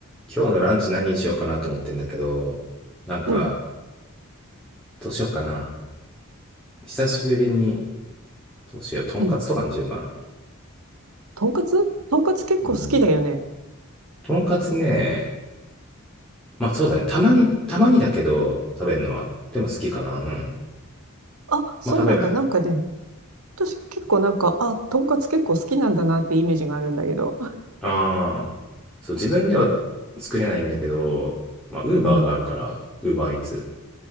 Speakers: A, in the centre; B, on the right.
A: 今日のランチ何にしようかなと思ってんだけど、なんか、
B: うん、
A: どうしようかな。久しぶりに、どうしよう。とんかつとかにしようかな。
B: うん。とんかつとんかつ結構好きだよね。
A: うん。とんかつね、まあそうだね。たまに、たまにだけど、食べるのは。でも好きかな。うん。
B: あ、そうなんだ。
A: まあ食べない。
B: なんかね、私結構なんか、あ、とんかつ結構好きなんだなってイメージがあるんだけど。
A: ああ、そう、自分では作れないんだけど、まあ、ウーバーがあるから、
B: うん。
A: ウーバーイーツ。